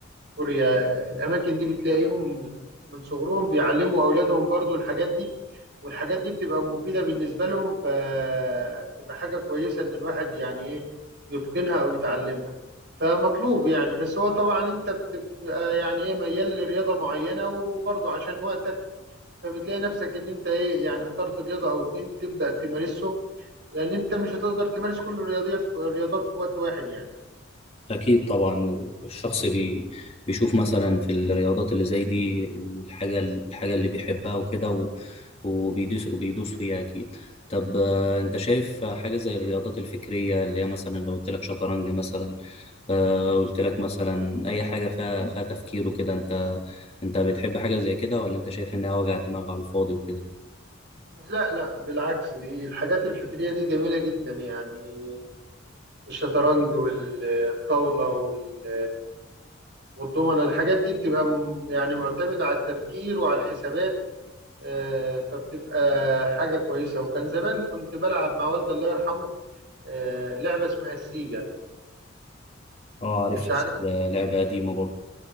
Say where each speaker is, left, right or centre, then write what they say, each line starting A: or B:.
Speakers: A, on the right; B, on the left.
A: كوريا آه، الأماكن دي بتلاقيهم من صغرهم بيعلموا أولادهم برضو الحاجات دي والحاجات دي بتبقى مفيدة بالنسبة لهم فبتبقى حاجة كويسة إن الواحد يعني إيه يتقنها أو يتعلمها فمطلوب يعني بس هو طبعا أنت بتبقى يعني إيه ميال لرياضة معينة وبرضو عشان وقتك فبتلاقي نفسك ان انت ايه يعني اخترت رياضه او اتنين بتبدا تمارسهم لان انت مش هتقدر تمارس كل الرياضيات في الرياضات في وقت واحد يعني
B: اكيد طبعا والشخص بي بيشوف مثلا في الرياضات اللي زي دي الحاجه الحاجه اللي بيحبها وكده و- وبيدوس وبيدوس فيها اكيد طب آه، انت شايف حاجه زي الرياضات الفكريه اللي هي مثلا لو قلت لك شطرنج مثلا آه، قلت لك مثلا اي حاجه فيها فيها تفكير وكده انت انت بتحب حاجه زي كده ولا انت شايف انها وجع دماغ على الفاضي وكده
A: لا لا بالعكس دي الحاجات الفكريه دي جميله جدا يعني الشطرنج والطاوله وال والضمنه الحاجات دي بتبقى م- يعني معتمده على التفكير وعلى الحسابات آه، فبتبقى حاجه كويسه وكان زمان كنت بلعب مع والدي الله يرحمه آه، لعبه اسمها السيجا
B: اه عارف
A: مش عارف
B: لعبه
A: مش
B: قديمه برضه